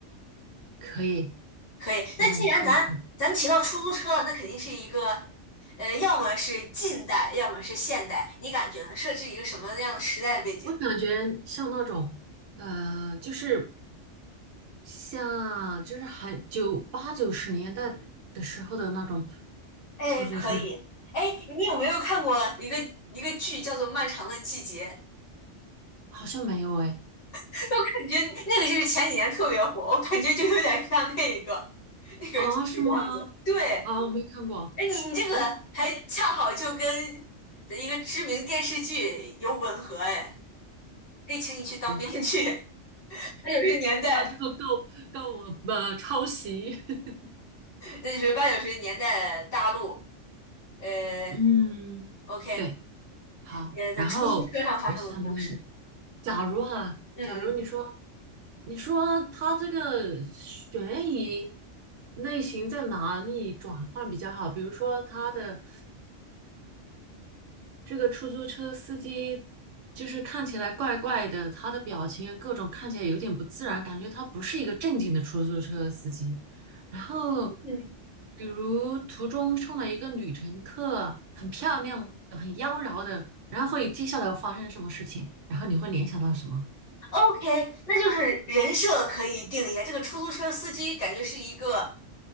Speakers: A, on the right; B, on the left.
A: 可以，
B: 可以。
A: 我感觉这个。
B: 那既然咱咱提到出租车了，那肯定是一个，呃，要么是近代，要么是现代，你感觉呢？设置一个什么样的时代的背景？
A: 我感觉像那种，呃，就是像就是很九八九十年代的时候的那种
B: 哎，
A: 出租车，
B: 可以。哎，你有没有看过一个一个剧叫做《漫长的季节》？
A: 好像没有哎。
B: <laughs> 我感觉那个就是前几年特别火，我感觉就有点像那个那个剧的样子。
A: 啊，是吗？
B: 对。
A: 啊，我没看过。
B: 哎，你你这个还恰好就跟
A: 我
B: 一个知名电视剧有吻合哎，可以请你去当编剧。
A: 对
B: <laughs> 八九十年代，
A: 到时候告告我呃抄袭。<laughs>
B: 那就是八九十年代大陆，呃
A: 嗯，
B: ，OK，
A: 对，好。
B: 呃，
A: 然后我想着
B: 在出租车上发生的故事。
A: 假如哈，
B: 嗯嗯
A: 假如你说，你说他这个悬疑类型在哪里转换比较好？比如说，他的这个出租车司机就是看起来怪怪的，他的表情啊各种看起来有点不自然，感觉他不是一个正经的出租车司机。然后，
B: 嗯
A: 比如途中上来一个女乘客，很漂亮的很妖娆的，然后会接下来会发生什么事情？然后你会联想到什么？
B: ，OK，那就是人设可以定一下。这个出租车司机感觉是一个